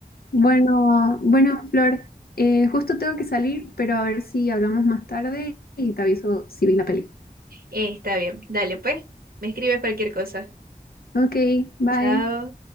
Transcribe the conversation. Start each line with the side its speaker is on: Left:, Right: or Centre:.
Left: Bueno, bueno, Flor, eh, justo tengo que salir, pero a ver si hablamos más tarde y te aviso si vi la peli.
Right: Eh, está bien, dale pues, me escribes cualquier cosa.
Left: Ok, bye.
Right: Chao.